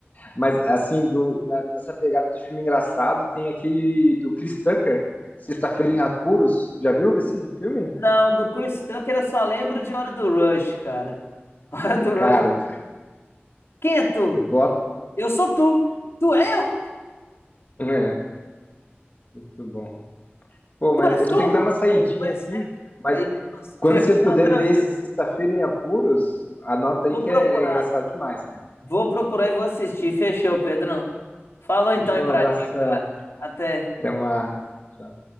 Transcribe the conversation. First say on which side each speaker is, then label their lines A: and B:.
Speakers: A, on the left (about 40°); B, on the left (about 80°).
A: Mas assim, do na- nessa pegada de filme engraçado, tem aquele do Chris Tucker, Sexta-feira em Apuros. Já viu esse filme?
B: Não, do Chris Tucker eu só lembro de Hora do Rush, cara. <laughs> Hora do Rush.
A: Cara,
B: Quem é tu?
A: bota,
B: Eu sou tu. Tu é eu?
A: é, muito bom. Pô,
B: Tu
A: mas
B: é surdo?
A: eu vou ter que dar uma saidinha
B: Não, tu é cego.
A: aqui. Mas
B: Aí, nossa,
A: Quando
B: <laughs>
A: você puder
B: não, tranquilo.
A: ver esse Sexta-feira em Apuros, anota
B: Vou
A: aí que
B: procurar.
A: é, é engraçado demais, cara.
B: Vou procurar e vou assistir. Fechou, Pedrão. Falou então
A: Fechou?
B: aí pra
A: Abração.
B: ti, cara. Até.
A: Até mais. Tchau.